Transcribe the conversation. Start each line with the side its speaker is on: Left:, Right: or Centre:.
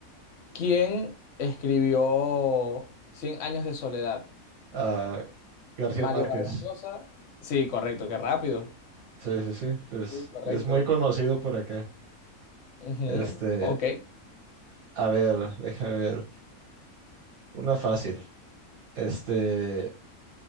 Left: ¿quién escribió Cien años de soledad?
Right: Ah, García
Left: Mario
Right: Márquez.
Left: Vargas Llosa. Sí, correcto, qué rápido.
Right: Sí, sí, sí. pues,
Left: Sí, correcto.
Right: es muy conocido por acá.
Left: Ujú,
Right: Este,
Left: Ok.
Right: a ver, déjame ver. Una fácil. Este,